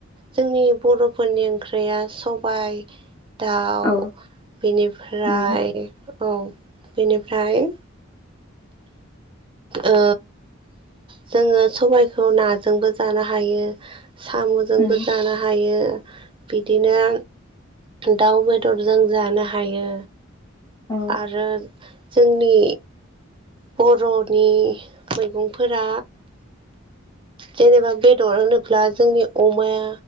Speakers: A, on the right (about 25°); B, on the left (about 20°).
A: जोंनि बर'फोरनि ओंख्रिया सबाय दाउ
B: औ
A: बेनिफ्राय
B: उम
A: औ बेनिफ्राय ओ जोङो सबायखौ नाजोंबो जानो हायो। साम'जोंबो
B: उम
A: जानो हायो। बिदिनो दाउ बेदरजों जानो हायो।
B: औ
A: आरो जोंनि बर'नि मैगंफोरा जेनेबा बेदर होनोब्ला जोंनि अमाया